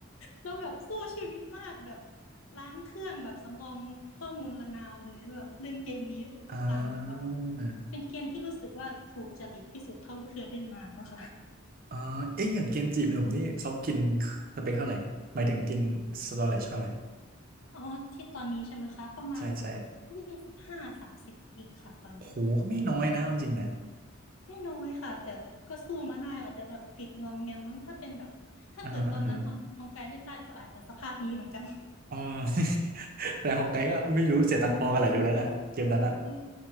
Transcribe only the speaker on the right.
อ่า
อ๋อเอ๊ะอย่างเกมจีบหนุ่มนี่เขากินสเปคเท่าไหร่หมายถึงกินสเตอไรจเท่าไหร่
ใช่ใช่โอ้หก็ไม่น้อยนะเอาจริงๆเนี่ย
อ่าฮะอ่าฮะ <laughs> อ๋อ <laughs> แต่ของไกลก็ไม่รู้เสียตังค์พอกันแหละดูแล้วน่ะเกมนั้นอ่ะ